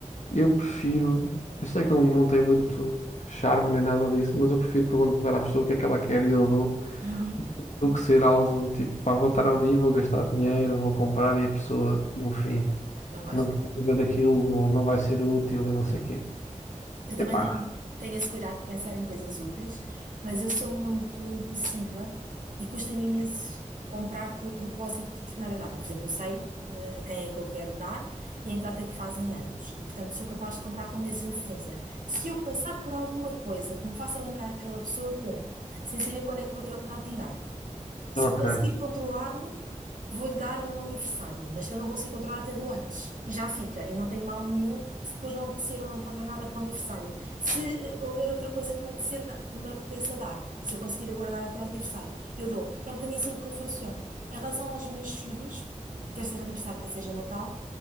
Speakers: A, on the left (about 65°); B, on the right (about 85°).
A: eu prefiro. Eu sei que não, não tem muito charme nem nada disso, mas eu prefiro perguntar à pessoa o que é que ela quer e eu dou.
B: Uhum,
A: Do que ser algo tipo, pá, vou estar ali, vou gastar dinheiro, vou comprar e a pessoa, no fim,
B: não gosto.
A: não quer saber daquilo, não, não vai ser útil e não sei o quê.
B: Eu também
A: Epá,
B: tenho, tenho esse cuidado de pensar em coisas úteis, mas eu sou muito impulsiva e custa-me imenso comprar com o propósito de determinada data. Por exemplo, eu sei eh, a quem é que eu quero dar e em que data é que fazem anos, e portanto sou capaz de comprar com meses de antecedência. Se eu passar por alguma coisa que me faça lembrar aquela pessoa, eu compro, sem saber quando é que eu vou ter a oportunidade de lhe dar. Se
A: ok.
B: eu conseguir controlar-me, vou-lhe dar no aniversário, mas se eu não conseguir controlar, até dou antes. E já fica, e não tem mal nenhum se depois não apetecer ou não encontrar nada para o aniversário. Se eh, houver outra coisa que me apetecer, da- que me apeteça dar, e se eu conseguir aguardar até ao aniversário, eu dou. É um bocadinho assim que eu funciono. Em relação aos meus filhos, quer seja aniversário, quer seja Natal,